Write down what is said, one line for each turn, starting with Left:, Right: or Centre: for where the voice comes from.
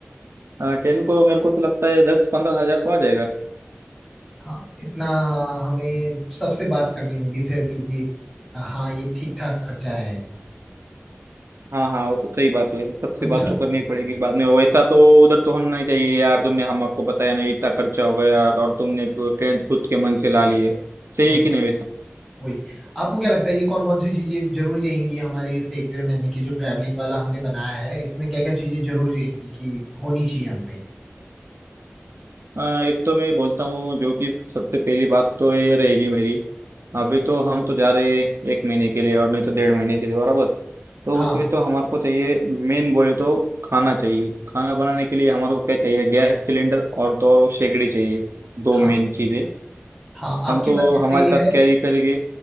Right: टेंट को मेरे को तो लगता है दस पंद्रह हजार को आ जाएगा
Centre: हाँ इतना हमें सबसे बात करनी होगी फिर क्योंकि हाँ ये ठीक ठाक खर्चा है
Right: हाँ हाँ वो तो सही बात है सबसे
Centre: और
Right: बात
Centre: दूसरा
Right: तो करनी पड़ेगी बाद में वैसा तो उधर तो होना नहीं चाहिए यार तुमने हमको बताया नहीं इतना खर्चा हो गया और तुमने तो टेंट खुद के मन से ला ली है सही
Centre: वही
Right: है कि नहीं वैसा
Centre: वही आपको क्या लगता है ये कौन कौन सी चीजें जरूरी रहेंगी हमारे इस एक डेढ़ महीने की जो ट्रैवलिंग वाला हमने बनाया है इसमें क्या क्या चीजें जरूरी रहेंगी कि होनी चाहिए हम पे
Right: आ, एक तो मैं बोलता हूँ जो कि सबसे पहली बात तो ये रहेगी मेरी अभी तो हम तो जा रहे हैं एक महीने के लिए और नहीं तो डेढ़ महीने के लिए बराबर तो
Centre: हाँ
Right: उसमें तो हमारे को चाहिए मेन बोले तो खाना चाहिए खाना बनाने के लिए हमारे को क्या चाहिए गैस सिलेंडर और तो और वो शेगड़ी चाहिए दो
Centre: हाँ
Right: मेन चीज़ें
Centre: हाँ आपकी
Right: हम तो
Centre: बात भी सही
Right: हमारे साथ
Centre: है
Right: कैरी करेंगे